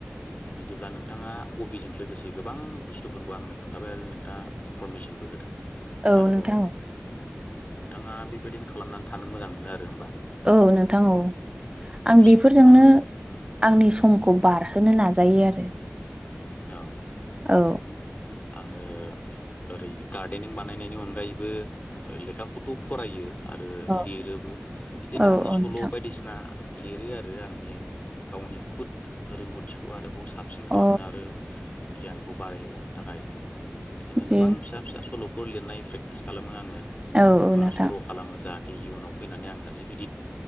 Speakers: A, on the left (about 35°); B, on the right (about 25°).
A: बिदिब्ला नोंथाङा हबिजों लोगोसे गोबां बुस्थुफोरखौ आंनो खोन्थाबाय आरो नों दा इनफरमेसनबो होदों
B: औ
A: आरोबाव
B: नोंथां औ
A: नोंथाङा बेबायदिनो खालामनानै थानो मोजां मोनो आरो होमबा
B: औ नोंथां औ
A: उम
B: आं बेफोरजोंनो
A: आङो उम
B: आंनि समखौ बारहोनो नाजायो आरो
A: औ
B: औ
A: आङो ओरै गार्देनिं बानायनायनि अनगायैबो लेखाखौथ' फरायो आरो
B: औ
A: लिरोबो बिदिनो
B: औ
A: आङो
B: औ
A: सल'
B: नोंथां
A: बायदिसिना लिरो आरो आंनि गावनि खुद रोंगौथिखौ आरोबाव साबसिन
B: अ
A: खालामनो आरो गियानखौ बारायहोबावनो थाखाय बिदिनो
B: बे
A: गोबां फिसा फिसा सल'फोर लिरनाय प्रेकटिस खालामो आङो
B: औ औ
A: बा
B: नोंथां
A: सर' खालामो जाहाथे इयुनाव फैनानै आं सासे गिदिर